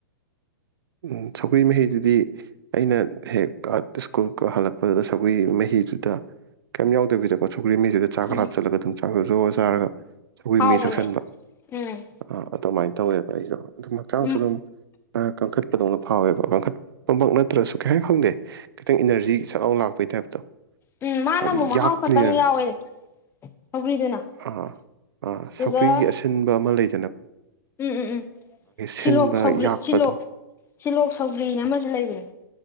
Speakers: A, on the right; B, on the left.
A: ꯎꯝ ꯁꯧꯒ꯭ꯔꯤ ꯃꯍꯤꯗꯨꯗꯤ ꯑꯩꯅ ꯍꯦꯛ ꯀ ꯁ꯭ꯀꯨꯜꯀ ꯍꯜꯂꯛꯄꯗ ꯁꯧꯒ꯭ꯔꯤ ꯃꯍꯤ ꯃꯍꯤꯗꯨꯗ ꯀꯩꯝ ꯌꯥꯎꯗꯕꯤꯗꯀꯣ ꯁꯧꯒ꯭ꯔꯤ ꯃꯍꯤꯗꯨꯗ ꯆꯥꯛ ꯈꯔ
B: ꯎꯝ
A: ꯍꯥꯞꯆꯜꯂꯒ ꯑꯗꯨꯝ ꯆꯥꯛ ꯖꯣꯔ ꯆꯥꯔꯒ ꯁꯧꯒ꯭ꯔꯤ
B: ꯍꯥꯎꯕꯅꯦ
A: ꯃꯤꯍꯤ ꯊꯛꯁꯟꯕ
B: ꯎꯝ
A: ꯑꯥ ꯑꯗꯨꯃꯥꯏꯅ ꯇꯧꯋꯦꯕ ꯑꯩꯗꯣ ꯑꯗꯨꯝ ꯍꯛꯆꯥꯡꯁꯨ
B: ꯎꯝ
A: ꯑꯗꯨꯝ ꯈꯔ ꯀꯟꯈꯠ ꯄꯗꯧꯅ ꯐꯥꯎꯋꯦꯕ ꯀꯥꯡꯡꯈꯠ ꯄꯃꯛ ꯅꯠꯇ꯭ꯔꯁꯨ ꯀꯩ ꯍꯥꯏ ꯈꯪꯗꯦ ꯈꯤꯇꯪ ꯏꯅꯔꯖꯤ ꯁꯠꯂꯥꯎ ꯂꯥꯛꯄꯩ ꯇꯥꯏꯞꯇꯣ
B: ꯎꯝ ꯃꯥꯅ
A: ꯍꯥꯏꯗꯤ
B: ꯑꯃꯨꯛ ꯃꯍꯥꯎ
A: ꯌꯥꯛꯄꯅꯤꯅꯅꯦ
B: ꯈꯛꯇꯪ ꯌꯥꯎꯋꯦ ꯁꯧꯒ꯭ꯔꯤꯗꯨꯅ
A: ꯑꯥ ꯑꯥ
B: ꯑꯗꯨꯒ
A: ꯁꯧꯒ꯭ꯔꯤ ꯑꯁꯤꯟꯕ ꯑꯃ ꯂꯩ
B: ꯎꯝ ꯎꯝ ꯎꯝ ꯁꯤꯂꯣꯛ
A: ꯁꯤꯟꯕ
B: ꯁꯧꯒ꯭ꯔꯤ
A: ꯌꯥꯛꯄꯗꯣ
B: ꯁꯤꯂꯣꯛ ꯁꯤꯜꯂꯣꯛ ꯁꯧꯒ꯭ꯔꯤꯅ ꯑꯃꯁꯨ ꯂꯩꯕꯅꯦ